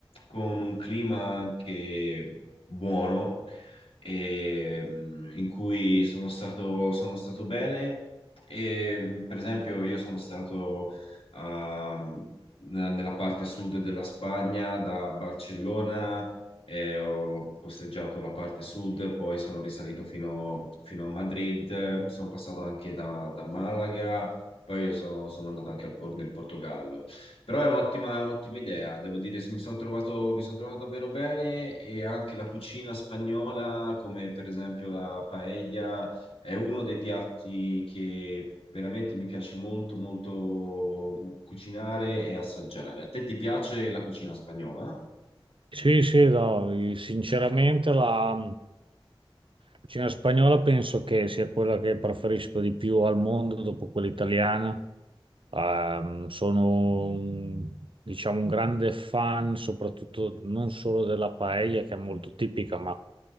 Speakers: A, on the left (about 85°); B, on the right (about 65°).
A: con un clima anche buono, e, mm, in cui sono stato, sono stato bene. E, mm, per esempio, io sono stato ah, nella nella parte sud della Spagna, da Barcellona e ho costeggiato la parte sud, poi sono risalito fino, fino a Madrid, sono passato anche da, da Malaga, poi io sono, sono andato anche al Por- nel Portogallo. Però è un'ottima, è un'ottima idea, devo dire, se mi sono trovato, mi sono trovato davvero bene e anche la cucina spagnola, come per esempio la paella, è uno dei piatti che... Veramente mi piace molto, molto cucinare e assaggiare. A te ti piace la cucina spagnola?
B: Sì, sì, no, sinceramente la... cucina spagnola penso che sia quella che preferisco di più al mondo dopo quella italiana. Ehm, sono un- diciamo un grande fan, soprattutto non solo della paella che è molto tipica, ma